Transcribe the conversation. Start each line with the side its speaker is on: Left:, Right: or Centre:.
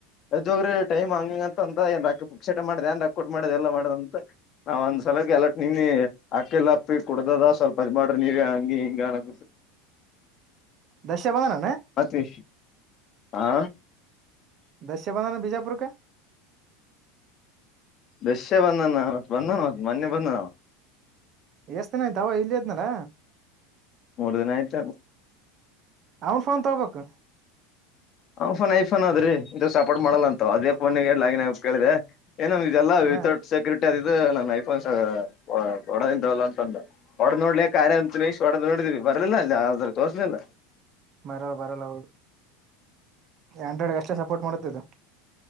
Left: ಎಜೋಗ್ರ ಟೈಮ್ ಹಂಗ ಅಂತ ಅಂತ ಏನ್ ರಾಕ್ಕ ಶಟ ಮಾಡ್ ಏನ್ ರಾಕ್ಕ ಕೊಟ್ಟ ಮಾಡ್ ಎಲ್ಲ ಮಾಡದ ಅಂತ ನಾವ ಒಂದ್ ಸಲಕ್ಕೆ ಎಲ್ಲಟ್ ನಿನ್ನೆ ಆಕೆಲ್ಲ ಕುಡದದ ಸ್ವಲ್ಪ ಅದ್ಮ ಮಾಡ್ರಿ ನೀವ ಹಂಗಿ ಹಿಂಗ ಅ
Right: ದಶ ಬದನಣ
Left: ಮತ್ತ ಆ
Right: ದಸ್ಯ ಬಂಧನ ಬಿಜಾಪುರ್ ಕ
Left: ಬೆಸೆ ಬಂದಣ ಮ ಬಂದನಾ ಮೊನ್ನೆ ಬಂದನ
Right: ಎಷ್ಟ ದಿನ ಆಯ್ತಾವ ಇಲ್ಲಿದ್ನಲ
Left: ಮುರುದಿನ ಆಯ್ತು
Right: ಅವ್ನ್ ಫೋನ್ ತಗೋಬೇಕ್
Left: ಅವನ ಫೋನ್ ಐಫೋನ್ ಆದ್ರೀ ಇದು ಸಪೋರ್ಟ್ ಮಾಡಲ್ಲ ಅಂತ ಅದೇ ಫೋನ್ ಆಗ ಲಾಗಿನ್ ಹೇಳಕ್ಕೆ ಕೇಳಿದೆ ಏನಮ್ ಇದೆಲ್ಲ
Right: ಹಾ
Left: ವಿತಟ್ ಸೆಕ್ಯೂರಿಟಿ ಅದಿದ ನನ್ ಐಫೋನ್ಸ್ ಕೊಡದಂತಲ್ಲ ಅಂತಂದು ಒಡದ ನೋಡ್ಲಿ ಕಾರ್ಯ ಅಂತ ಇಷ್ಟ್ ಒಡೆದ ನೋಡಿದೀವಿ ಬರ್ಲಿಲ್ಲ ಅಲ್ಲ ಆದ್ರ ತೋರ್ಲಿಲ್ಲ
Right: ಮರಲ್ಲ ಬರಲ್ಲ ಹೌದು ಆಂಡ್ರಾಯಡ್ ಅಷ್ಟ ಸಪೋರ್ಟ್ ಮಾಡುತ್ತದ ಇದು